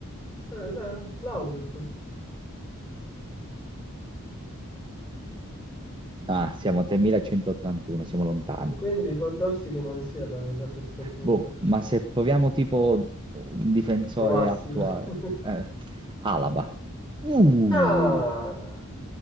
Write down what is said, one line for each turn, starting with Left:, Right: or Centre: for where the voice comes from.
Left: Eh, la- l'Outlook.
Right: Ah, siamo a 3181, siamo lontani.
Left: Quindi può darsi che non sia danese a questo punto.
Right: Boh, ma se proviamo tipo un difensore
Left: Provassi.
Right: attuale,
Left: <laughs>
Right: eh, Alaba. Uh,
Left: Ah!